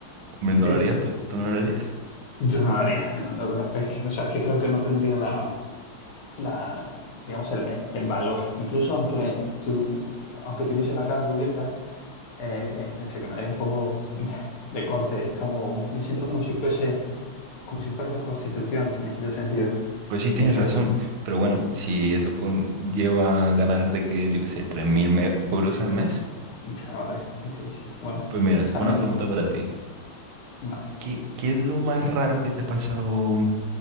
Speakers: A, on the right; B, on the left.
A: Hombre,
B: <laughs>
A: ¿no
B: Qué
A: lo
B: bien.
A: harías tú? ¿Tú no lo harías?
B: Yo no lo haría. la verdad. Es que, o sea, es que creo que no tendría la, la digamos, el, el valor. Incluso aunque tu- aunque tuviese la cara cubierta, eh, no sé, que me daría un poco de, de corte. Es Como, me siento como si fuese, como si fuese prostitución, en cierto sentido.
A: Pues sí, tienes
B: Entonces,
A: razón, pero bueno, si eso conlleva ganar de que, yo qué sé, tres mil euros al mes,
B: ya, vale. Sí, sí. Bueno,
A: pues mira,
B: también,
A: una pregunta para ti.
B: vale.
A: ¿Qué, qué es lo más raro que te ha pasado